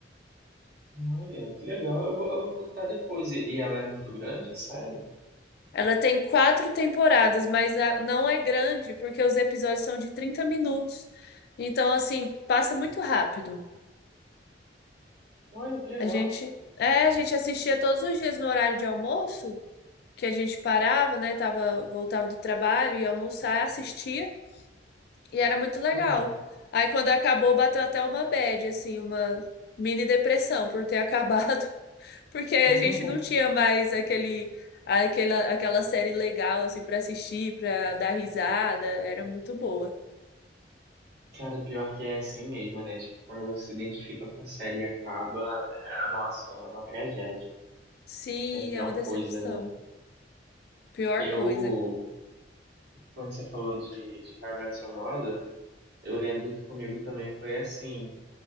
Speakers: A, on the right; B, on the left.
A: Olha, que legal. Eu vou, eu vou procurar depois. E, e ela é muito grande, é sério?
B: Ela tem quatro temporadas, mas a- não é grande, porque os episódios são de 30 minutos. Então, assim, passa muito rápido.
A: Olha, que legal.
B: A gente, é, a gente assistia todos os dias no horário de almoço que a gente parava, né? Tava, voltava do trabalho, ia almoçar, assistia, e era muito legal.
A: Uhum.
B: Aí quando acabou, bateu até uma bad, assim, uma mini depressão por ter acabado, <laughs> porque aí
A: <laughs>
B: a gente não tinha mais aquele, aquela, aquela série legal, assim, pra assistir, pra dar risada, era muito boa.
A: Cara, pior que é assim mesmo, né? Tipo, quando você se identifica com a série e acaba, é, nossa, é uma tragédia.
B: Sim,
A: É a pior
B: é uma decepção.
A: coisa, né?
B: Pior
A: Eu,
B: coisa.
A: quando você falou de, de How I Met Your Mother, eu lembro que comigo também foi assim.